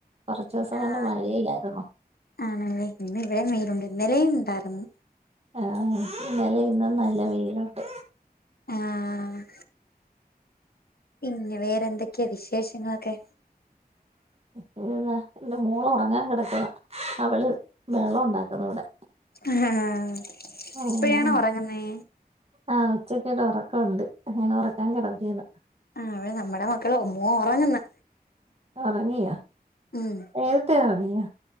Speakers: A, on the right; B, on the left.
A: കൊറച്ചോസം
B: ആഹ്
A: കൊണ്ട് മഴയല്ലായിരുന്നോ.
B: ആണല്ലേ ഇന്നിവിടെം വെയിലു ണ്ട്. ഇന്നലെം ണ്ടാരുന്നു.
A: ആഹ് ന്നലേം ന്നും നല്ല വെയിലുണ്ട്.
B: ആഹ് പിന്നെ വേറെന്തൊക്കെയാ വിശേഷങ്ങളൊക്കെ?
A: പിന്നെന്താ ൻറെ മോളൊറങ്ങാൻ കെടക്ക അവള് ബഹളൊണ്ടാക്കുന്ന് വ്ടെ.
B: അഹ ആഹ്
A: ഉം
B: ഇപ്പയാണോ ഒറങ്ങുന്നേ?
A: ആഹ് ഉച്ചക്ക് ഒരു ഉറക്കം ഉണ്ട് അങ്ങനെ ഉറക്കാൻ കിടത്തിയതാ
B: ആഹ് അവടെ നമ്മടെ മക്കള ഒമ്മോ ഉറങ്ങുന്ന്
A: ഉറങ്ങിയൊ
B: ഉം
A: നേരത്തെ ഉറങ്ങിയോ